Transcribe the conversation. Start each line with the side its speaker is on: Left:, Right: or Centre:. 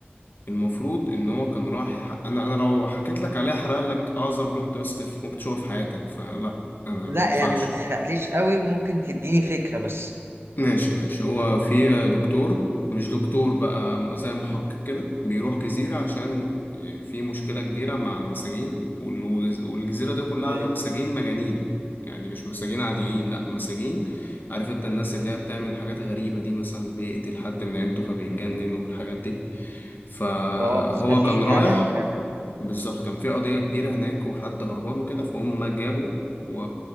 Left: المفروض ان هو كان راح يحقق انا انا لو حكيت لك عليه هحرق لك اعظم بلوت تويست في- ممكن تشوفها في حياتك فلا انا
Right: لا
Left: ما ينفعش
Right: يعني ما تحرقليش قوي ممكن تديني فكرة بس
Left: ماشي ماشي هو في دكتور مش دكتور بقى زي محقق كده بيروح جزيرة عشان آه، في مشكلة كبيرة مع مساجين والوز- والجزيرة دي كلها
Right: ايوه
Left: عليها مساجين مجانين يعني مش مساجين عاديين لأ مساجين عارف انت الناس اللي هي بتعمل حاجات غريبة دي مثلا بيقتل حد من عيلته فبيتجنن والحاجات دي فهو
Right: اه مخلين
Left: كان رايح
Right: يعني أو حاجة
Left: بالظبط كان في قضية كبيرة هناك وحد هربان وكده فهم جابوا و...